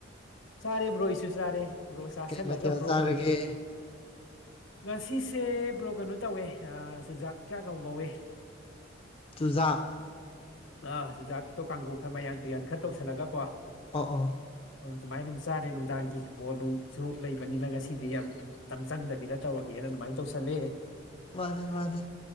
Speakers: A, on the left; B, on the left.
A: ꯆꯥꯔꯦ ꯕ꯭ꯔꯣ ꯑꯩꯁꯨ ꯆꯥꯔꯦ꯫ ꯕ꯭ꯔꯣ ꯆꯥꯁꯤꯜꯂꯒ
B: ꯀꯩ ꯃꯊꯦꯜ
A: ꯕ꯭ꯔꯣꯒ
B: ꯆꯥꯔꯒꯦ꯫
A: ꯉꯁꯤꯁꯦ ꯕ꯭ꯔꯣ ꯀꯩꯅꯣ ꯇꯧꯋꯦ ꯆꯨꯖꯥꯛꯀ ꯀꯥꯡꯉꯧꯉꯧꯋꯦ꯫
B: ꯆꯨꯖꯥꯛ꯫
A: ꯑꯥ ꯆꯨꯖꯥꯛꯇꯣ ꯀꯥꯡꯒꯧ ꯈꯔ ꯃꯌꯥꯟ ꯇꯨꯌꯥꯟ ꯈꯔ ꯇꯧꯁꯜꯂꯒꯀꯣ꯫
B: ꯑꯣ ꯑꯣ꯫
A: ꯑꯣ ꯑꯗꯨꯃꯥꯏꯅ ꯑꯗꯨꯝ ꯆꯥꯔꯦ ꯅꯨꯡꯗꯥꯡꯒꯤ ꯕꯣꯜ ꯅꯨꯡꯁꯨ ꯂꯩꯕꯅꯤꯅ ꯉꯁꯤꯗꯤ ꯌꯥꯝ꯫ ꯃꯇꯝ ꯆꯪꯗꯕꯤꯗ ꯇꯧꯔꯒꯦꯅ ꯑꯗꯨꯃꯥꯏ ꯇꯧꯁꯜꯂꯦ꯫
B: ꯃꯥꯅꯦ ꯃꯥꯅꯦ